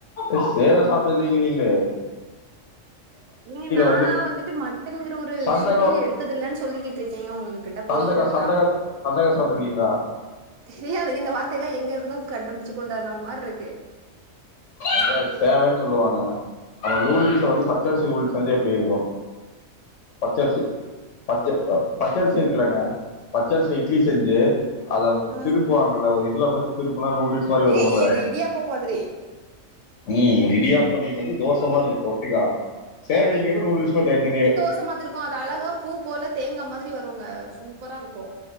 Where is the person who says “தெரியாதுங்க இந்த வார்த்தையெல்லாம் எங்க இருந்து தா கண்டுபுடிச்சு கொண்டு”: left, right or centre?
Right